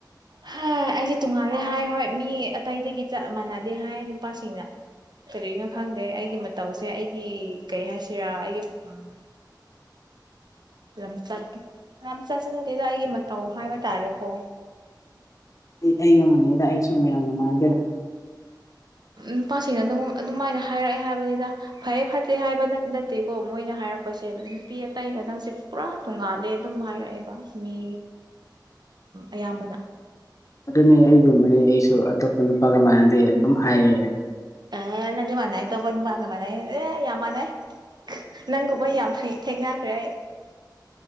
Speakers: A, on the right (about 65°); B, on the left (about 45°).
A: ꯍ ꯑꯩꯁꯦ ꯇꯣꯡꯉꯥꯜꯂꯦ ꯍꯥꯏ ꯍꯣꯏ ꯃꯤ ꯑꯇꯩꯗꯒꯤ ꯆꯞ ꯃꯥꯟꯅꯗꯦ ꯍꯥꯏ ꯅꯨꯄꯥꯁꯤꯡꯅ ꯀꯔꯤꯅꯣ ꯈꯪꯗꯦ ꯑꯩꯒꯤ ꯃꯇꯧꯁꯦ ꯑꯩꯒꯤ ꯀꯩ ꯍꯥꯏꯁꯤꯔꯥ ꯑꯩꯒꯤ ꯎ ꯂꯝꯆꯠ ꯂꯝꯆꯠꯁꯨ ꯅꯠꯇꯦꯗ ꯑꯩꯒꯤ ꯃꯇꯧ ꯍꯥꯏꯕ ꯇꯥꯔꯦꯀꯣ ꯎ
B: ꯑꯩ ꯑꯩꯒ ꯃꯥꯟꯅꯩꯗ ꯑꯩꯁꯨ ꯃꯌꯥꯝꯒ ꯃꯥꯟꯅꯗꯦꯗ
A: ꯅꯨꯄꯥꯁꯤꯡꯅ ꯑꯗꯨꯝ ꯑꯗꯨꯃꯥꯏꯅ ꯍꯥꯏꯔꯛꯑꯦ ꯍꯥꯏꯕꯅꯤꯗ ꯐꯩꯌꯦ ꯐꯠꯇꯦ ꯍꯥꯏꯕ ꯅꯠꯇꯦꯀꯣ ꯃꯣꯏꯅ ꯍꯥꯏꯔꯛꯄꯁꯦ ꯅꯨꯄꯤ ꯑꯇꯩꯒ ꯅꯪꯁꯦ ꯄꯨꯔꯥ ꯇꯣꯡꯉꯥꯜꯂꯦ ꯑꯗꯨꯝ ꯍꯥꯏꯔꯛꯑꯦꯕ ꯃꯤ ꯑꯌꯥꯝꯕꯅ
B: ꯑꯗꯨꯅꯦ ꯑꯩꯒꯨꯝꯕꯅꯦ ꯑꯩꯁꯨ ꯑꯇꯣꯞꯄ ꯅꯨꯄꯥꯒ ꯃꯅꯗꯦ ꯑꯗꯨꯝ ꯍꯥꯏꯌꯦ
A: ꯑꯦ ꯅꯪꯗꯤ ꯃꯥꯟꯅꯩꯌꯦ ꯑꯇꯣꯞꯄ ꯅꯨꯄꯥꯒ ꯃꯥꯟꯅꯩꯌꯦ ꯑꯦ ꯌꯥꯝ ꯃꯅꯩ ꯅꯪꯒꯨꯝꯕ ꯌꯥꯝ ꯐꯩ ꯊꯦꯡꯅꯈ꯭ꯔꯦ ꯑꯩ